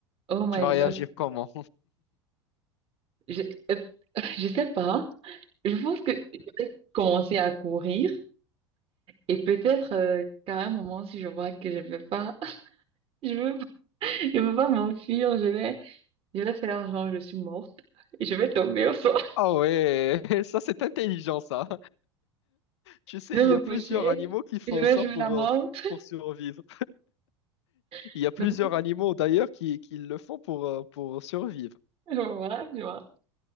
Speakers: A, on the right; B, on the left.
A: Oh my
B: Tu vas réagir
A: God.
B: comment?
A: Je, euh, <laughs> je sais pas. Je pense que je vais peut-être commencer à courir et peut-être euh, qu'à un moment, si je vois que je peux pas, <laughs> je veux, je veux pas m'enfuir, je vais, je vais faire genre je suis morte. et Je vais tomber au sol.
B: Ah ouais, <laughs> ça c'est intelligent ça.
A: <laughs>
B: Tu sais,
A: Je vais
B: il
A: me
B: y a
A: coucher.
B: plusieurs animaux qui font
A: et Je vais
B: ça
A: jouer
B: pour,
A: la morte.
B: euh, pour survivre.
A: <laughs>
B: Il y a plusieurs
A: Mais
B: animaux d'ailleurs qui, qui le font pour, euh, pour survivre.
A: Voilà, tu vois.